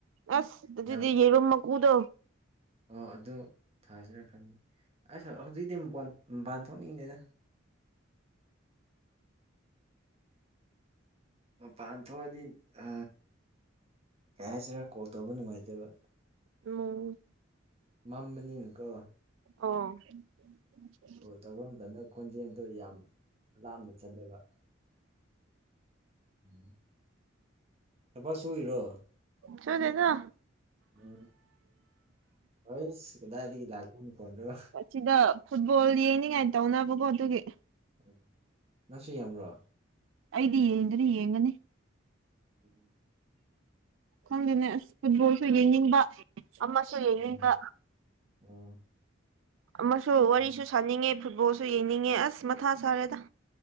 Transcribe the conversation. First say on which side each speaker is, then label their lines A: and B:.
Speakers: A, on the right; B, on the right.
A: ꯑꯁ ꯑꯗꯨꯗꯤ
B: ꯌꯥꯝ
A: ꯌꯦꯔꯨꯝ ꯃꯀꯨꯗꯣ
B: ꯑꯣ ꯑꯗꯨ ꯊꯖꯔ ꯈꯟ ꯑꯁ ꯍꯧꯖꯤꯛꯇꯤ ꯃꯄꯥꯟ ꯃꯄꯥꯟ ꯊꯣꯛꯅꯤꯡꯗꯦꯗ ꯃꯄꯥꯟ ꯊꯣꯛꯑꯗꯤ ꯑ ꯀꯩ ꯍꯥꯏꯁꯤꯔꯥ ꯀꯣꯜ ꯇꯧꯕ ꯅꯨꯡꯉꯥꯏꯇꯦꯕ
A: ꯃꫭ
B: ꯃꯥꯝꯃꯅꯤꯅꯀꯣ
A: ꯑꫭ
B: ꯀꫭꯜ ꯇꯧꯕ ꯃꯇꯝꯗ ꯈꯣꯟꯖꯦꯜꯗꯣ ꯌꯥꯝ ꯂꯥꯞꯅ ꯆꯠꯂꯦꯕ ꯎꯝ꯫ ꯊꯕꯛ ꯁꯨꯔꯤꯔꫭ
A: ꯁꯨꯗꯦꯗ
B: ꯎꯝ ꯍꯣꯏꯁ ꯀꯗꯥꯏꯗꯒꯤ ꯂꯥꯛꯄ ꯃꯈꫭꯟꯔꯣ
A: ꯁꯤꯗ ꯐꯨꯠꯕꯣꯜ ꯌꯦꯡꯅꯤꯡꯉꯥꯏ ꯇꯧꯅꯕꯀꯣ ꯑꯗꯨꯒꯤ
B: ꯑꯣ ꯅꯪꯁꯨ ꯌꯦꯡꯕ꯭ꯔꯣ
A: ꯑꯩꯗꯤ ꯌꯦꯡꯗꯥꯗꯤ ꯌꯦꯡꯉꯅꯤ
B: ꯑꯣ
A: ꯈꯪꯗꯦꯅꯦ ꯑꯁ ꯐꯨꯠꯕꯣꯜꯁꯨ ꯌꯦꯡꯅꯤꯡꯕ ꯑꯃꯁꯨ ꯌꯦꯡꯅꯤꯡꯕ
B: ꯎꯝ ꯑꯣ
A: ꯑꯃꯁꯨ
B: ꯑꯗꯨꯅꯤ
A: ꯋꯥꯔꯤꯁꯨ ꯁꯥꯅꯤꯡꯉꯦ ꯐꯨꯠꯕꯣꯜꯁꯨ ꯌꯦꯡꯅꯤꯡꯉꯦ ꯑꯁ ꯃꯊꯥ ꯁꯥꯔꯦꯗ